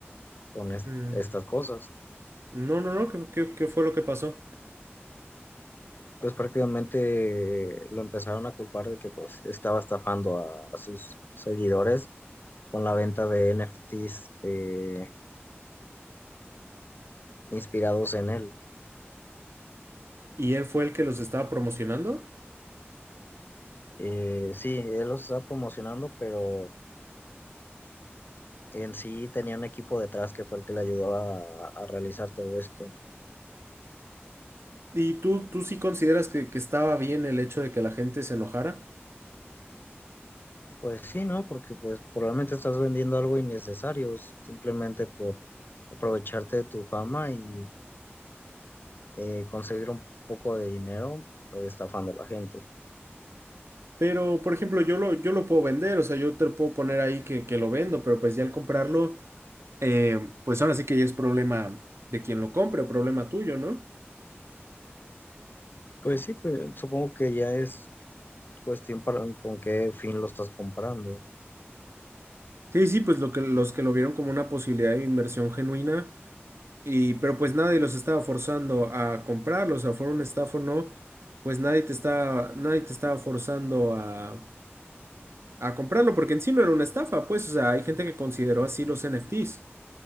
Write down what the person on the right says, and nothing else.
Mm,
No, no, no, ¿qué, qué- qué fue lo que pasó?
¿Y él fue el que los estaba promocionando?
¿Y tú, tú sí consideras que, que estaba bien el hecho de que la gente se enojara?
Pero, por ejemplo, yo lo, yo lo puedo vender, o sea, yo te lo puedo poner ahí que, que lo vendo, pero pues ya al comprarlo, eh, pues ahora sí que ya es problema de quien lo compre, problema tuyo, ¿no?
Sí, sí, pues lo que, los que lo vieron como una posibilidad de inversión genuina, y, pero pues nadie los estaba forzando a comprarlo, o sea, fuera un estafa o no, pues nadie te estaba, nadie te estaba forzando a, a comprarlo, porque en sí no era una estafa, pues, o sea, hay gente que consideró así los NFTs,